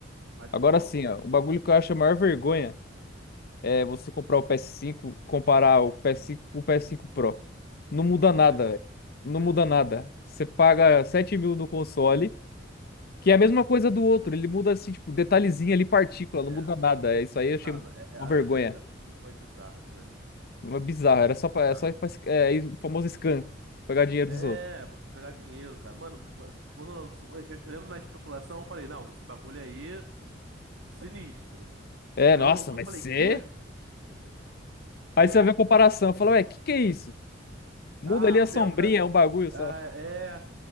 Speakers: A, on the right; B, on the left.
A: Mas,
B: Agora
A: pô,
B: sim, ó. O bagulho que eu acho a maior vergonha é, você comprar o PS5, comparar o PS5 com o PS5 Pro. Não muda
A: pô,
B: nada,
A: não existe.
B: velho. Não
A: Não
B: muda
A: existe
B: nada.
A: isso.
B: Você paga
A: Loucura.
B: sete mil no console, que
A: Aham.
B: é a mesma coisa do outro. Ele muda, assim, tipo, detalhezinho ali, partícula,
A: É.
B: não muda nada. É Isso aí eu achei
A: Cara, é, é,
B: uma
A: a-
B: vergonha.
A: aquilo, ali- aquilo foi bizarro, aquilo ali.
B: Uma bizarra. Era
A: Muito
B: só
A: bizarro.
B: pra, é só pra, é, é, o famoso scam. Pegar dinheiro
A: É,
B: dos outros.
A: pra pegar dinheiro, cara. Mano, quando lançou. Eu, eu- eu lembro na especulação, eu falei, não, esse bagulho aí, sinistro.
B: É,
A: Aí
B: nossa,
A: lançou,
B: vai
A: eu falei,
B: ser.
A: quê?
B: Aí
A: Quê?
B: você vê a comparação. Fala, ué, que que é isso? Muda
A: Ah,
B: ali
A: aumenta.
B: a sombrinha, é um bagulho
A: Ah,
B: só.
A: é.